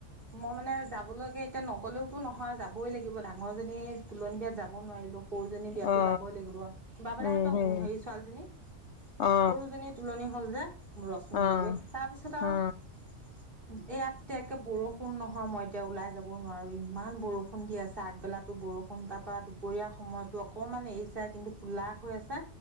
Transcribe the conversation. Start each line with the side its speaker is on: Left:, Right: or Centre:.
Right: মই মানে যাবলৈকে এতিয়া নগলেওতো নহয় যাবই লাগিব ডাঙৰ জী তোলনি বিয়াত যাব যাব নোৱাৰিলো সৰুজনী বিয়াতো
Left: অ অ
Right: যাবই লাগিব তাহাঁতৰ
Left: উম হম
Right: হেৰি ছোৱালীজনী
Left: অ
Right: সৰুজনীৰ তুলনি হ'ল যে ৰশ্মি
Left: অ অ
Right: বোৱাৰিয়েক তাৰপিছত আৰু
Left: অ
Right: এয়াত এতিয়া একে বৰষুণ নহয় মই এতিয়া ওলাই যাব নোৱাৰো ইমান বৰষুণ দি আছে আগবেলাতো বৰষুণ তাৰ পৰা দুপৰীয়াৰ সময়তো অকমান এৰিছে কিন্তু কোলা হৈ আছে